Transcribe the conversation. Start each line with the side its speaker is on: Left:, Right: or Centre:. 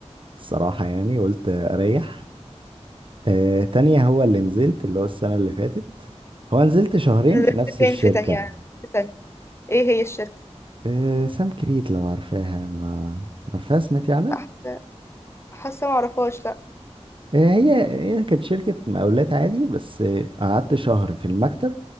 Right: الصراحة يعني قلت اريح آه تانية هو اللي نزلت اللي هو السنة اللي فاتت هو نزلت شهرين
Left: نزلت
Right: في نفس
Left: فين
Right: الشركة
Left: في تانية في تانية ايه هي الشركه
Right: آه سام كريت لو عارفاها ما عارفاها سمعتي عنها
Left: لا حاسه حاسة معرفهاش
Right: آه، هي هي كانت شركة مقاولات عادي بس آه، قعدت شهر في المكتب